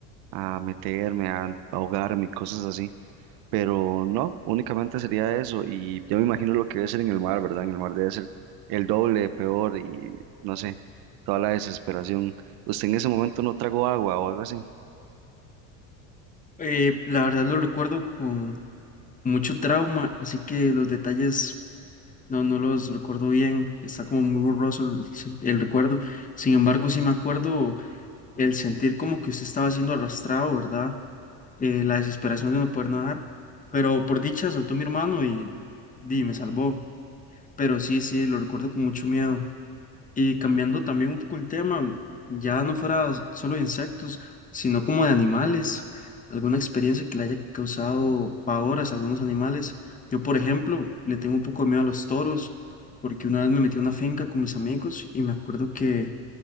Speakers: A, on the right; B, on the left.
A: a meterme, a ahogarme, y cosas así. Pero no, únicamente sería eso. Y yo me imagino lo que debe ser en el mar, ¿verdad? En el mar debe ser el doble, peor y no sé, toda la desesperación. ¿Usted en ese momento no tragó agua o algo así?
B: Eh, la verdad lo recuerdo con mucho trauma, así que los detalles no, no los recuerdo bien, está como muy borroso el, sen- el recuerdo. Sin embargo, sí me acuerdo el sentir como que usted estaba siendo arrastrado, ¿verdad? eh, la desesperación de no poder nadar, pero por dicha saltó mi hermano y, di, me salvó. Pero sí, sí, lo recuerdo con mucho miedo. Y cambiando también un poco el tema, ya no fuera solo de insectos, sino como de animales, alguna experiencia que le haya causado pavor a algunos animales. Yo, por ejemplo, le tengo un poco de miedo a los toros, porque una vez me metí a una finca con mis amigos y me acuerdo que